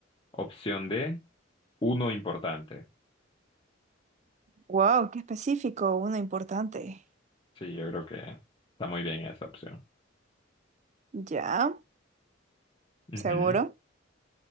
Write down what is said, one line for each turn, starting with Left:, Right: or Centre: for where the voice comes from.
Left: Opción D, uno importante.
Right: Wow, qué específico, uno importante.
Left: Sí, yo creo que está muy bien esa opción.
Right: Ya,
Left: Ujú.
Right: seguro.